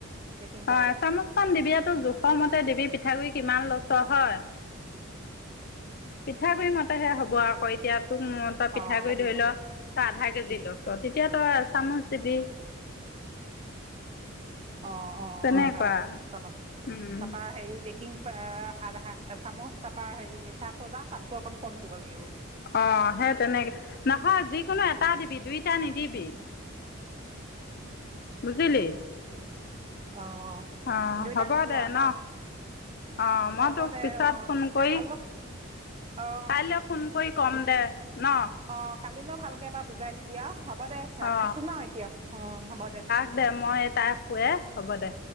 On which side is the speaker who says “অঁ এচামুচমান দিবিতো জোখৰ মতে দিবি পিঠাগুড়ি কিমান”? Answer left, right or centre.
Left